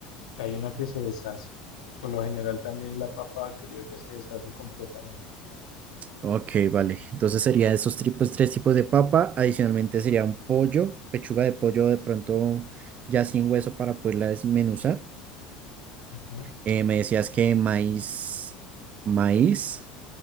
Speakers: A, on the left (about 80°); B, on the right (about 40°).
A: hay una que se deshace. Por lo general también la papa criolla se deshace completamente.
B: Ok, vale. Entonces sería esos tipos, tres tipos de papa. Adicionalmente sería un pollo, pechuga de pollo de pronto ya sin hueso para poderla desmenuzar.
A: Ujú.
B: Eh, me decías que maíz, maíz.